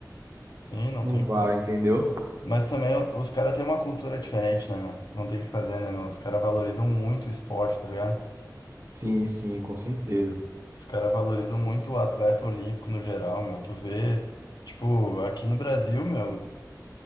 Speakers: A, on the left; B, on the right.
A: Sim, não
B: não
A: tem.
B: vai, entendeu?
A: Mas também os caras têm uma cultura diferente, né, meu? Não tem o que fazer, né, meu? Os caras valorizam muito o esporte, tá ligado?
B: Sim, sim, com certeza.
A: Os caras valorizam muito o atleta olímpico no geral, meu. Tu vê, tipo, aqui no Brasil, meu,